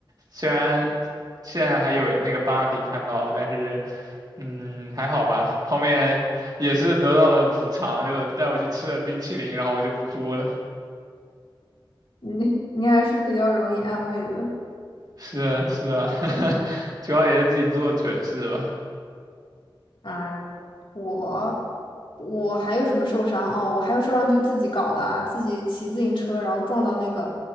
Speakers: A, on the right; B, on the left.
A: 虽然现在还有那个疤可以看到，但是。嗯，还好吧。后面也是得到了补偿，就带我去吃了冰淇淋，然后我就不哭了。
B: 你你还是比较容易安慰的。
A: 是啊，是啊，<laughs> 主要也是自己做的蠢事吧。
B: 哎，我我还有什么受伤？哦，我还有受伤就自己搞的啊，自己骑自行车然后撞到那个